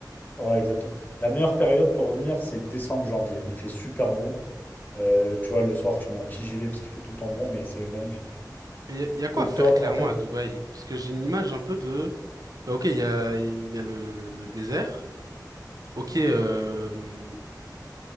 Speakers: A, on the left; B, on the right.
A: Ouais, exactement. La meilleure période pour venir, c'est décembre-janvier. Il fait super bon. Euh, tu vois, le soir, tu mets un petit gilet parce qu'il fait tout le temps bon, mais c'est magnifique.
B: Mais il y, y a quoi
A: Octobre,
B: à faire clairement
A: en fait,
B: à Dubaï? Parce que j'ai une image un peu de. Bah, ok, il y a, y a le, le, le désert. Ok, euh,